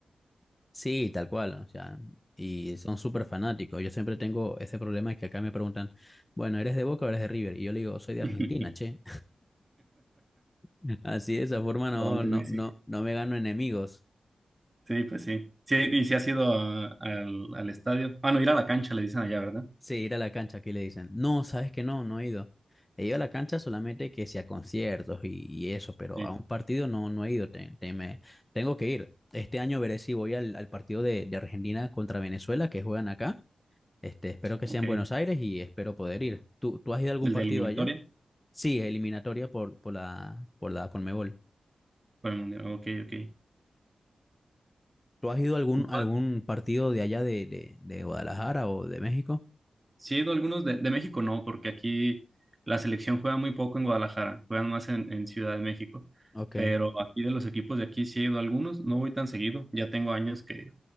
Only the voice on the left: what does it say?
Sí, tal cual, o sea, y son súper fanáticos. Yo siempre tengo ese problema que acá me preguntan, bueno, ¿eres de Boca o eres de River? Y yo le digo, soy de Argentina,
che. <laughs> Así de esa forma no,
no,
no, no me gano enemigos.
Sí, ir a la cancha, aquí le dicen. No, sabes que no, no he ido. He ido a la cancha solamente que sea conciertos y, y eso, pero
a un partido no, no he ido. te- te- me- tengo que ir. Este año veré si voy al, al partido de, de Argentina contra Venezuela que juegan acá. Este, espero que
sea en
Buenos Aires y espero poder ir. ¿Tú, tú has ido a algún
partido
allá? Sí, eliminatoria por, por la, por la Conmebol.
¿Tú has ido a algún,
algún partido de allá de, de, de Guadalajara o de México?
Ok.